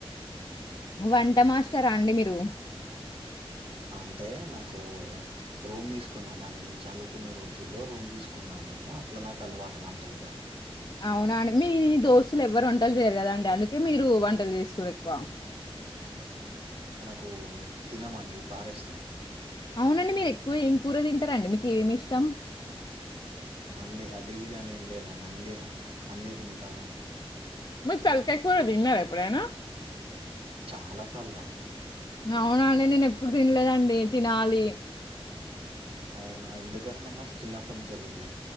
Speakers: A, on the left; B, on the right.
A: వంట మాస్టరా అండి మీరు.
B: అంటే నాకు రూమ్ తీసుకున్నాను. అది నేను చదువుకునే రోజుల్లో రూమ్ తీసుకున్నా నేను. అట్లా నాకు అలవాటు వంటలిగా.
A: అవునా అండి మీ దోస్త్ లెవ్వరు వంటలు చేయరు కదా అండి అందుకే మీరు వంటలు చేస్తుర్రెక్కువ
B: కూ తినమండి పారేస్తాం
A: అవునండి మీరు ఎక్కువ ఏం కూర తింటారండి మీకు ఏమి ఇష్టం
B: అన్ని అది ఇది అని ఏం లేదు అండ్ అంది అన్ని తింటాము
A: మీరు తలకాయ కూర తిన్నారా ఎప్పుడైనా
B: చాలా సార్లా
A: అవున్ అవునా అండి నేను ఎప్పుడు తినలేదండి తినాలి
B: అవునా ఎందుకు అట్లా మరి, చిన్నప్పటి నుంచి తినలే